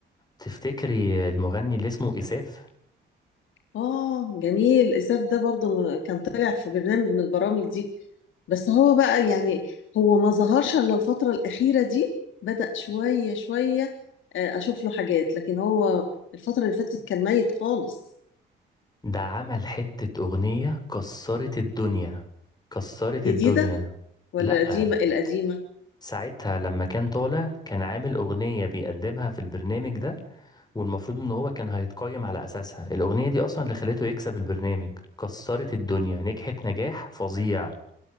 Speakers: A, on the left; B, on the left.
A: تفتكري المغني اللي اسمه إساف
B: اه جميل اساف ده برضو م- كان طالع في برنامج من البرامج دي بس هو بقى يعني هو ما ظهرش الا الفترة الأخيرة دي بدأ شوية شوية آه، اشوف له حاجات لكن هو الفترة اللي فاتت كان ميت خالص
A: ده عمل حتة أغنية كسرت الدنيا كسرت
B: جديدة
A: الدنيا
B: ولا
A: لأ
B: قديمة القديمة
A: ساعتها لما كان طالع كان عامل أغنية بيقدمها في البرنامج ده والمفروض إن هو كان هيتقيم على أساسها الأغنية دي أصلا اللي خلته يكسب البرنامج كسرت الدنيا نجحت نجاح فظيع